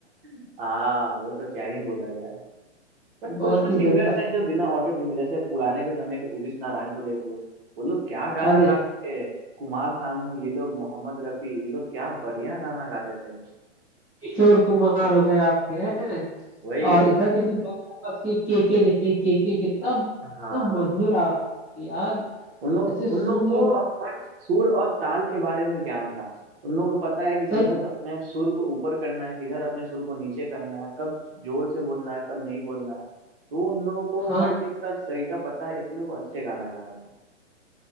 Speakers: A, on the right; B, in the centre.
A: <laughs> हाँ वो तो क्या ही बोला जाए बट
B: बहुत
A: कुछ कुछ
B: ही
A: सिंगर्स
B: गंदा
A: हैं जो बिना ऑटो ट्यून के- जैसे पुराने के समय के उदित नारायण को देख लो वो लोग क्या गाना
B: अरे
A: गाते थे कुमार सानू ये लोग मोहम्मद रफी ये लोग क्या बढ़िया गाना गाते थे
B: किशोर कुमार हो गए आपके हैं
A: वही
B: और इधर के टू थाउजेंड आसपास के के के देखिए के के कितना कितना
A: हाँ
B: मधुर आवाज है यार
A: उन लोग
B: ऐसे सुन
A: उन लोग को
B: लो
A: हर सुर और ताल के बारे में ज्ञान था उन लोग को पता है कि
B: सही
A: किधर अपने सुर को ऊपर करना है किधर अपने सुर को नीचे करना है कब जोर से बोलना है कब नहीं बोलना है तो उन लोगों को
B: हाँ
A: हर चीज का तरीका पता है इसलिए वो अच्छे गाना गा रहे हैं